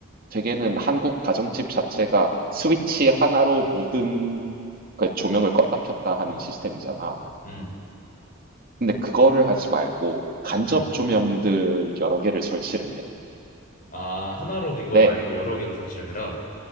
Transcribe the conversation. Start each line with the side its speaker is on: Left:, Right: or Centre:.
Right: 대개는 한국 가정집 자체가 스위치 하나로 모든 그 조명을 껐다 켰다 하는 시스템이잖아.
Left: 음,
Right: 근데 그거를 하지 말고 간접
Left: 음.
Right: 조명들 여러 개를 설치를 해.
Left: 아, 하나로 된 거
Right: 네.
Left: 말고 여러 개로 설치를 해라.